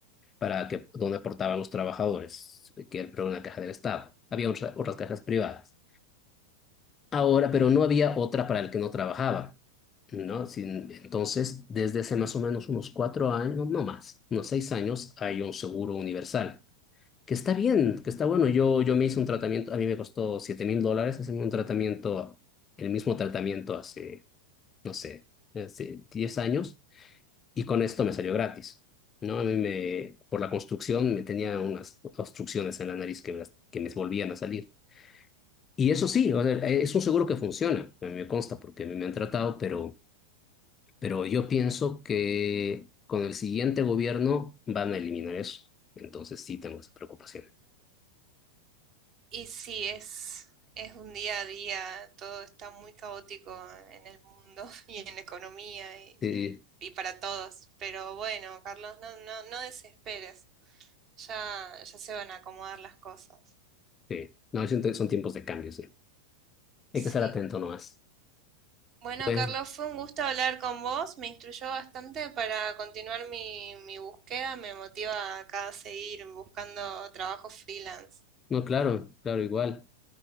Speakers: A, on the left; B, on the right.
A: para que donde aportaban los trabajadores, que era una caja del Estado. Había otra- otras cajas privadas. Ahora,
B: Ah, ok.
A: pero no había otra para el que no trabajaba, ¿no? Sin- entonces, desde hace más o menos unos cuatro años, no más, unos seis años, hay un seguro universal que está bien, que está bueno. Yo, yo me hice un tratamiento, a mí me costó siete mil dólares hacerme un tratamiento, el mismo tratamiento hace, no sé, hace 10 años, y con esto me salió gratis, ¿no? A mí me, por la construcción, me tenía unas obstrucciones en la nariz que me, las- que me volvían a salir. Y eso sí, o sea, es un seguro que funciona, a mí me consta porque a mí me han tratado, pero, pero yo pienso que con el siguiente gobierno van a eliminar eso. Entonces sí tengo esa preocupación.
B: Y sí, es, es un día a día, todo está muy caótico en el mundo <laughs> y en la economía y,
A: Sí,
B: y- y para todos. Pero bueno, Carlos, no, no, no desesperes. Ya, ya se van a acomodar las cosas.
A: Sí, no, siento que son tiempos de cambio, sí. Hay
B: Sí.
A: que estar atento nomás.
B: Bueno,
A: Bueno,
B: Carlos, fue un gusto hablar con vos. Me instruyó bastante para continuar mi, mi búsqueda. Me motiva acá a seguir buscando trabajo freelance.
A: no, claro, claro, igual,